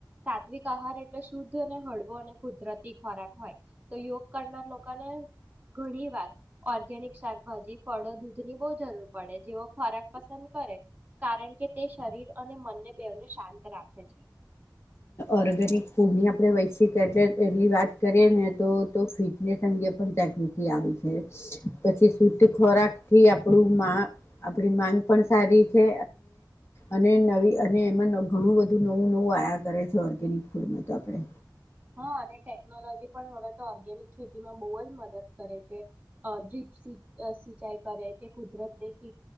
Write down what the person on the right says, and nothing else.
સાત્વિક આહાર એટલે શુદ્ધ અને હળવો અને કુદરતી ખોરાક હોય, તો યોગ કરનાર લોકોને ઘણી વાર ઓર્ગેનિક શાકભાજી, ફળો, દૂધ ની બહું જરૂર પડે છ ખોરાક પસંદ કરે કારણ કે તે શરીર અને મનને બેને શાંત રાખે છે
હા અને ટેકનોલોજી પણ હવે તો ઓર્ગેનિક ખેતીમાં બહુ જ મદદ કરે, કે અહ ડ્રીપ સિ સિંચાઈ કરે કે કુદરતને કી